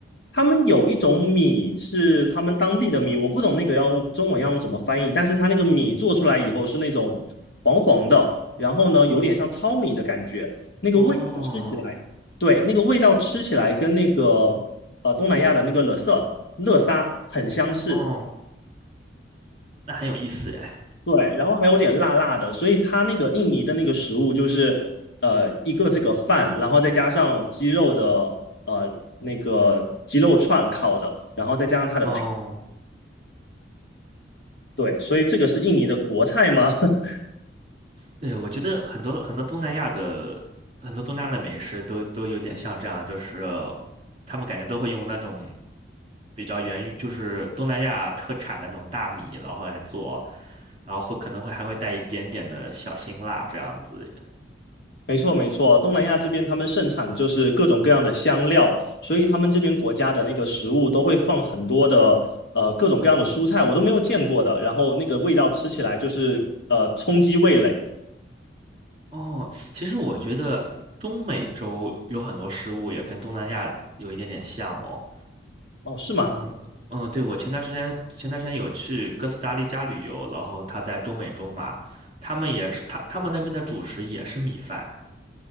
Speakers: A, on the left; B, on the right.
A: 他们有一种米是他们当地的米，我不懂那个要用中文要用怎么翻译，但是它那个米做出来以后是那种黄黄的，然后呢有点像糙米的感觉，那个味道吃起来，
B: 哦
A: 对，那个味道吃起来跟那个呃东南亚的那个乐色乐沙很相似，
B: 哦。那很有意思哎。
A: 对，然后还有点辣辣的，所以它那个印尼的那个食物就是呃一个这个饭，然后再加上鸡肉的呃那个鸡肉串烤的，然后再加上它的配。
B: 哦，
A: 对，所以这个是印尼的国菜吗？<laughs>
B: 对，我觉得很多很多东南亚的很多东南亚的美食都都有点像这样，就是他们感觉都会用那种比较源于就是东南亚特产的那种大米，然后来做，然后会可能会还会带一点点的小辛辣这样子。
A: 没错，没错，东南亚这边他们盛产就是各种各样的香料，所以他们这边国家的那个食物都会放很多的呃各种各样的蔬菜，我都没有见过的，然后那个味道吃起来就是呃冲击味蕾。
B: 哦，其实我觉得中美洲有很多食物也跟东南亚有一点点像哦。
A: 哦，是吗？
B: 嗯嗯，对，我前段时间前段时间有去哥斯达黎加旅游，然后他在中美洲嘛，他们也是他他们那边的主食也是米饭，